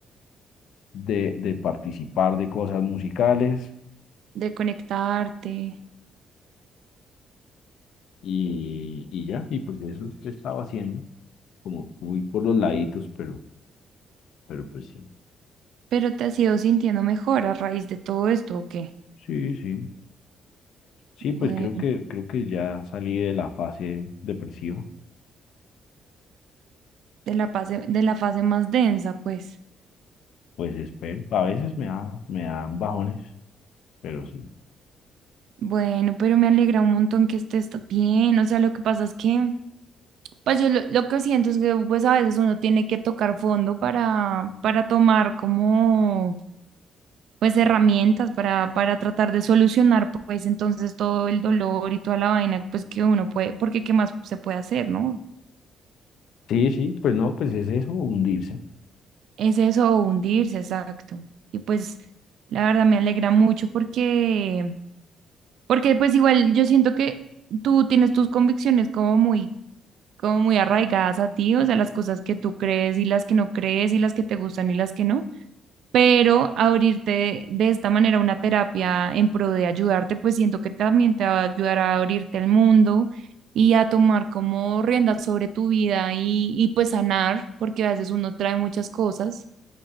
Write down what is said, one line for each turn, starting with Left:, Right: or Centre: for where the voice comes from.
Left: de, de participar de cosas musicales
Right: De conectarte.
Left: y, y ya, y pues eso es que estaba haciendo, como muy por los laditos, pero, pero pues sí,
Right: Pero te has ido sintiendo mejor a raíz de todo esto, ¿o qué?
Left: sí, sí. Sí,
Right: Bueno,
Left: pues creo que, creo que ya salí de la fase depresiva.
Right: de la fase, de la fase más densa, pues.
Left: Pues espero. A veces me da, me dan bajones, pero sí.
Right: Bueno, pero me alegra un montón que estés t- bien. O sea, lo que pasa es que, pues yo lo, lo que siento es que pues a veces uno tiene que tocar fondo para, para tomar como pues herramientas para, para tratar de solucionar pues entonces todo el dolor y toda la vaina pues que uno puede, porque qué más se puede hacer, ¿no?
Left: Sí, sí, pues no, pues es eso, hundirse.
Right: Es eso, o hundirse, exacto. Y pues la verdad me alegra mucho porque, porque pues igual yo siento que tú tienes tus convicciones como muy como muy arraigadas a ti, o sea, las cosas que tú crees y las que no crees y las que te gustan y las que no, pero abrirte de esta manera una terapia en pro de ayudarte, pues siento que también te va a ayudar a abrirte al mundo y a tomar como riendas sobre tu vida y, y pues sanar, porque a veces uno trae muchas cosas,